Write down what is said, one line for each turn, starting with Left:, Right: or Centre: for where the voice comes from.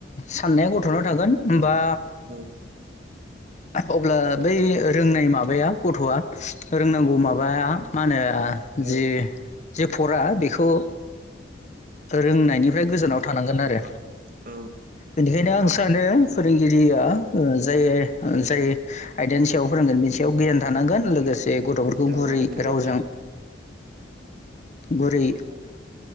Left: साननाया गथ'नाव थागोन होनबा
Right: औ
Left: अब्ला बै रोंनाय माबाया गथ'आ रोंनांगौ माबाया मा होनो जि
Right: औ
Left: फट बेखौ रोंनायनिफ्राय गोजानाव थानांगोन आरो
Right: औ
Left: बेनिखायनो आं सानो फोरोंगिरिया जाय जाय आयदानि सायाव फोरोंगोन बिनि सायाव गियान थानांगोन लोगोसे गथ'फोरखौ
Right: औ
Left: गुरै
Right: नंगौ
Left: रावजों गुरै
Right: बोरि